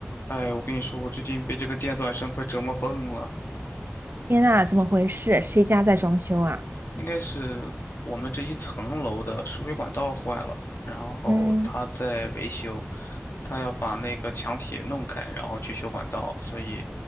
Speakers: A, on the left; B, on the right.
A: 哎，我跟你说，我最近被这个电钻声快折磨疯了。
B: 天呐，怎么回事？谁家在装修啊？
A: 应该是我们这一层楼的输水管道坏了，然后他在维修，
B: 嗯，
A: 他要把那个墙体弄开，然后去修管道，所以